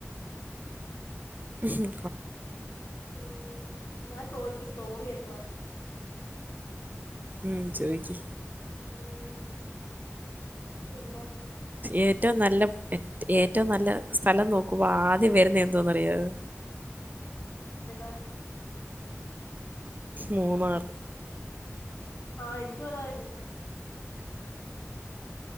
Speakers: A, on the right; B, on the left.
A: ഉഹും
B: ഉം ഞാൻ ചോയ്ക്ക സ്റ്റോറി യെന്തുവാണ്
A: ഉം ചോയ്ക്കി
B: ഉം പിന്നെ
A: ഏറ്റവും നല്ല ഏറ്റവും നല്ല സ്ഥലം നോക്കുമ്പോ ആദ്യം വരുന്ന എന്തോന്ന് അറിയാവേ
B: ഏത
A: മൂന്നാറ്
B: ആ എനിക്കും അതാ വരുന്ന്